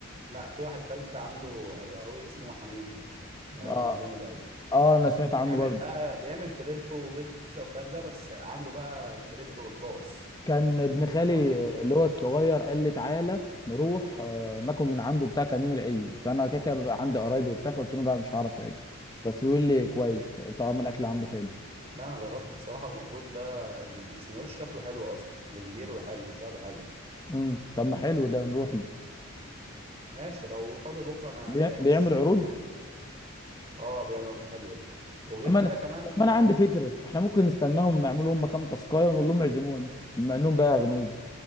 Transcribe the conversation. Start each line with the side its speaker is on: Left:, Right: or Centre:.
Right: لا في واحد كلت عنده حلو قوي اسمه حميحو ده
Left: اه
Right: جامد قوي
Left: اه انا سمعت
Right: بيعمل
Left: عنه برضه
Right: بقى بيعمل كريب وبيتزا والكلام ده بس عنده بقى كريب قرطاس
Left: كان ابن خالي
Right: بما مخروط كده
Left: اللي هو الصغير قال لي تعالى نروح آه، ناكل من عنده بتاع كان يوم العيد فانا كده كده بيبقى عندي قرايبي وبتاع فقلت له لا مش هعرف اجي بس بيقول لي كويس طعم الاكل عنده حلو
Right: لا انا جربت بصراحه المخروط ده السندوتش شكله حلو اصلا وكبير وحلو وسعره حلو
Left: امم طب ما حلو ده نروح له
Right: ماشي لو فاضي بكره انا
Left: بي-
Right: جاهز
Left: بيعمل عروض
Right: اه بيعمل عروض حلوه وغير
Left: طب ما
Right: كده
Left: انا
Right: كمان
Left: طب ما
Right: آه،
Left: انا عندي فكره احنا ممكن نستناهم يعملوا هم كام تاسكايه ونقول لهم اعزمونا بما انهم بقى اغنياء